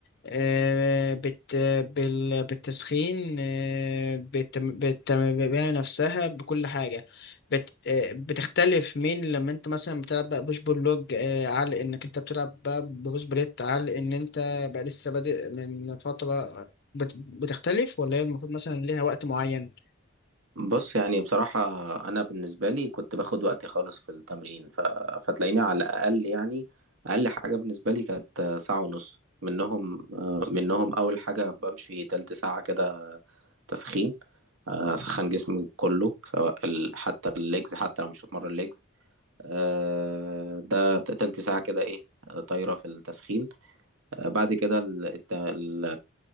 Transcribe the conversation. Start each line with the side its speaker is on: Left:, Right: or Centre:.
Left: آه، بت بال- بالتسخين آه، بالتم- بالتمرين نفسها بكل حاجة بت آه، بتختلف من لما انت مثلا بتلعب بقى بوش بول لوج آه، على انك انت بتلعب بقى بوش بليت على ان انت بقى لسه بادئ من فترة بت- بتختلف ولا هي المفروض مثلا ليها وقت معين
Right: بص يعني بصراحة أنا بالنسبة لي كنت باخد وقتي خالص في التمرين ف... فتلاقيني على الأقل يعني أقل حاجة بالنسبة لي كانت ساعة ونص منهم آه، منهم أول حاجة بمشي تلت ساعة كده تسخين آه، أسخن جسمي كله سواء ال... حتى الليجز حتى لو مش هتمرن ليجز آه، ده ت- تلت ساعة كده إيه آه، طايرة في التسخين آه، بعد كده ال- الت- ال-